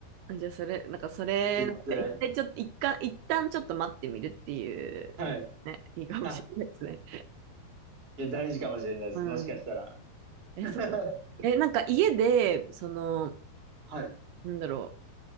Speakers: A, on the right; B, on the right.
A: あじゃあ、それ、なんか、それ、
B: 絶対。
A: なんか一回ちょっと、一回、一旦ちょっと待ってみるっていうのね、
B: はい。
A: いいかもしれないですね。
B: あ、いや、大事かもしれないです。
A: うん。
B: もしかしたら。
A: え、
B: <laughs>
A: そこ、え、なんか家で、その、
B: はい。
A: なんだろ